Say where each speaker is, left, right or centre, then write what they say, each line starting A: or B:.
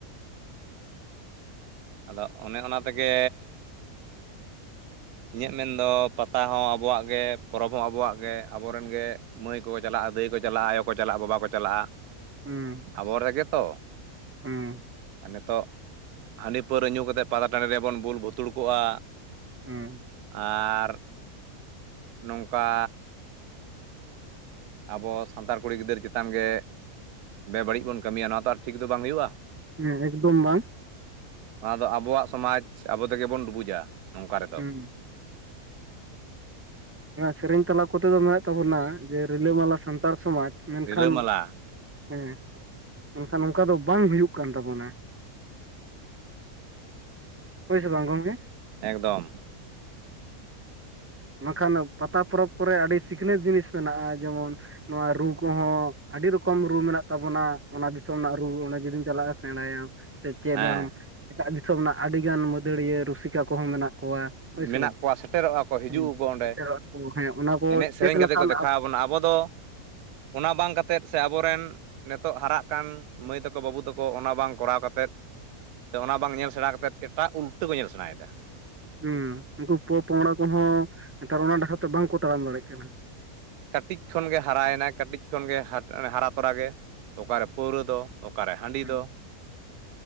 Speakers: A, on the right; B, on the right.
A: ᱟᱫᱚ ᱚᱱᱮ ᱚᱱᱟ ᱛᱮᱜᱮᱼᱼ ᱤᱧᱟᱹᱜ ᱢᱮᱱᱫᱚ ᱯᱟᱛᱟ ᱦᱚᱸ ᱟᱵᱚᱣᱟᱜ ᱜᱮ ᱯᱚᱨᱚᱵᱽ ᱦᱚᱸ ᱟᱵᱚᱣᱟᱜ ᱜᱮ ᱟᱵᱚᱨᱮᱱ ᱜᱮ ᱢᱟᱹᱭ ᱠᱩ ᱠᱚ ᱪᱟᱞᱟᱜᱼᱟ ᱫᱟᱹᱭ ᱠᱚ ᱪᱟᱞᱟᱜᱼᱟ ᱟᱭᱚ ᱠᱚ ᱪᱟᱞᱟᱜᱼᱟ ᱵᱟᱵᱟ ᱠᱚ ᱪᱟᱞᱟᱜᱼᱟ
B: ᱦᱮᱸ
A: ᱟᱵᱚ ᱨᱮᱜᱮ ᱛᱚ
B: ᱦᱮᱸ
A: ᱟᱨ ᱱᱤᱛᱚᱜ ᱦᱟᱸᱰᱤ ᱯᱟᱹᱣᱨᱟᱹ ᱧᱩ ᱠᱟᱛᱮᱫ ᱯᱟᱛᱟ ᱴᱟᱸᱰᱤ ᱨᱮᱵᱚᱱ ᱵᱩᱞ ᱵᱷᱩᱛᱩᱲᱠᱚᱜᱼᱟ
B: ᱦᱮᱸ
A: ᱟᱨ ᱱᱚᱝᱠᱟᱼᱼ ᱟᱵᱚ ᱥᱟᱱᱛᱟᱲ ᱠᱩᱲᱤ ᱜᱤᱫᱟᱹᱨ ᱪᱮᱛᱟᱱ ᱜᱮ ᱵᱮᱵᱟᱹᱲᱤᱡ ᱵᱚᱱ ᱠᱟᱹᱢᱤᱭᱟ ᱱᱚᱣᱟ ᱛᱚ ᱟᱨ ᱴᱷᱤᱠ ᱫᱚ ᱵᱟᱝ ᱦᱩᱭᱩᱜᱼᱟ
B: ᱦᱮᱸ ᱮᱠᱫᱚᱢ ᱵᱟᱝ
A: ᱱᱚᱣᱟ ᱫᱚ ᱟᱵᱚᱣᱟᱜ ᱥᱚᱢᱟᱡ ᱟᱵᱚ ᱛᱮᱜᱮ ᱵᱚᱱ ᱰᱩᱵᱩᱡᱟ ᱱᱚᱝᱠᱟ ᱨᱮᱫᱚ
B: ᱦᱮᱸ ᱥᱮᱨᱮᱧ ᱛᱟᱞᱟ ᱠᱚᱛᱮ ᱫᱚ ᱢᱮᱱᱟᱜ ᱛᱟᱵᱚᱱᱟ ᱡᱮ ᱨᱤᱞᱟᱹᱢᱟᱞᱟ ᱥᱟᱱᱛᱟᱲ ᱥᱚᱢᱟᱡᱽ ᱢᱮᱱᱠᱷᱟᱱᱼᱼ
A: ᱨᱤᱞᱟᱹᱢᱟᱞᱟ
B: ᱦᱮᱸ ᱮᱱᱠᱷᱟᱱ ᱱᱚᱝᱠᱟ ᱫᱚ ᱵᱟᱝ ᱦᱩᱭᱩᱜ ᱠᱟᱱ ᱛᱟᱵᱚᱱᱟ ᱦᱳᱭᱥᱮ ᱵᱟᱝ ᱜᱚᱢᱠᱮ?
A: ᱮᱠᱫᱚᱢ
B: ᱵᱟᱝᱠᱷᱟᱱ ᱯᱟᱛᱟ ᱯᱚᱨᱚᱵᱽ ᱠᱚᱨᱮ ᱟᱹᱰᱤ ᱥᱤᱠᱷᱱᱟᱹᱛ ᱡᱤᱱᱤᱥ ᱢᱮᱱᱟᱜᱼᱟ ᱡᱮᱢᱚᱱᱼᱼ ᱱᱚᱣᱟ ᱨᱩ ᱠᱚᱦᱚᱸ ᱟᱹᱰᱤ ᱨᱚᱠᱚᱢ ᱨᱩ ᱢᱮᱱᱟᱜ ᱛᱟᱵᱚᱱᱟ ᱚᱱᱟ ᱫᱤᱥᱚᱢ ᱨᱮᱱᱟᱜ ᱨᱩ ᱚᱸᱰᱮ ᱡᱩᱫᱤᱢ ᱪᱟᱞᱟᱜᱼᱟ ᱥᱮᱬᱟᱭᱟᱢ ᱥᱮ ᱪᱮᱫᱟᱢ
A: ᱦᱮᱸ
B: ᱮᱴᱟᱜ ᱫᱤᱥᱚᱢ ᱨᱮᱱᱟᱜ ᱟᱹᱰᱤᱜᱟᱱ ᱢᱟᱹᱫᱟᱹᱲᱤᱭᱟᱹ ᱨᱩᱥᱤᱠᱟ ᱠᱚᱦᱚᱸ ᱢᱮᱱᱟᱜ ᱠᱚᱣᱟ ᱦᱳᱭ
A: ᱢᱮᱱᱟᱜ
B: ᱥᱮ ᱵᱟᱝ
A: ᱠᱚᱣᱟ ᱥᱮᱴᱮᱨᱚᱜᱼᱟ ᱠᱚ ᱦᱤᱡᱩᱜ
B: ᱦᱮᱸ
A: ᱟᱠᱚ ᱚᱸᱰᱮ
B: ᱥᱮᱴᱮᱨᱚᱜ ᱟᱠᱚ ᱦᱮᱸ ᱚᱱᱟ ᱠᱚ
A: ᱮᱱᱮᱡ ᱥᱮᱨᱮᱧ
B: ᱪᱮᱫ
A: ᱠᱟᱛᱮ
B: ᱞᱮᱠᱟᱱ
A: ᱠᱚ ᱫᱮᱠᱷᱟᱣ ᱵᱚᱱᱟ ᱟᱵᱚ ᱫᱚᱼᱼ ᱚᱱᱟ ᱵᱟᱝ ᱠᱟᱛᱮᱫ ᱥᱮ ᱟᱵᱚᱨᱮᱱ ᱱᱤᱛᱚᱜ ᱦᱟᱨᱟᱜ ᱠᱟᱱ ᱢᱟᱹᱭ ᱛᱟᱠᱚ ᱛᱟᱠᱚ ᱵᱟᱹᱵᱩ ᱛᱟᱠᱚ ᱚᱱᱟ ᱵᱟᱝ ᱠᱚᱨᱟᱣ ᱠᱟᱛᱮᱫ ᱥᱮ ᱚᱱᱟ ᱵᱟᱝ ᱧᱮᱞ ᱥᱮᱬᱟ ᱠᱟᱛᱮᱫ ᱮᱴᱟᱜ ᱩᱞᱴᱟᱹ ᱠᱚ ᱧᱮᱞ ᱥᱮᱬᱟᱭᱮᱫᱟ
B: ᱦᱮᱸ ᱩᱱᱠᱩ ᱯᱚ ᱯᱚᱝᱲᱟ ᱠᱚᱦᱚᱸ ᱱᱮᱛᱟᱨ ᱚᱱᱟ ᱰᱠᱟᱟᱴᱨ ᱛᱮ ᱵᱟᱝᱠᱚ ᱛᱟᱲᱟᱢ ᱫᱟᱲᱮᱭᱟᱜ ᱠᱟᱱᱟ
A: ᱠᱟᱹᱴᱤᱡ ᱠᱷᱚᱱᱜᱮ ᱦᱟᱨᱟᱭᱮᱱᱟᱭ ᱠᱟᱹᱴᱤᱡ ᱠᱷᱚᱱᱜᱮ ᱦᱟᱨᱟ ᱛᱚᱨᱟ ᱚᱠᱟᱨᱮ ᱯᱟᱹᱣᱨᱟᱹ ᱫᱚ ᱚᱠᱟᱨᱮ ᱦᱟᱺᱰᱤ
B: ᱦᱩᱸ
A: ᱫᱚ